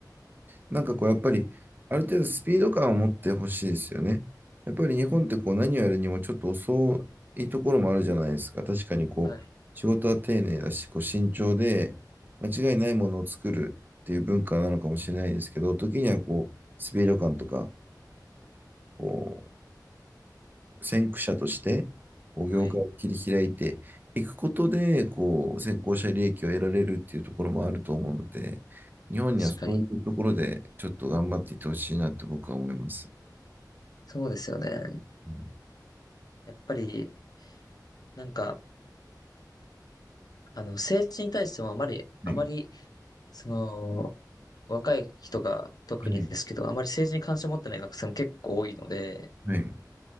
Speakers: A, on the right; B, on the left.
A: なんかこう、やっぱり、ある程度スピード感を持ってほしいですよね。やっぱり日本ってこう、何をやるにもちょっと遅いところもあるじゃないですか。確かにこう、
B: はい。
A: 仕事は丁寧だし、こう、慎重で、間違いないものを作るっていう文化なのかもしれないですけど、時にはこう、スピード感とか、こ先駆者として、こう業界を切り開いていくことで、
B: はい。
A: こう、先行者利益を得られるっていうところもあると思うので、日本にはそういうところで、
B: 確かに。
A: ちょっと頑張っていってほしいなって僕は思います。
B: そうですよね。
A: うん
B: やっぱり、なんか、あの、政治に対してもあまり、
A: はい。
B: あまり、その、若い人が特にですけど、
A: はい。
B: あまり政治に関心を持ってない学生も結構多いので、
A: はい。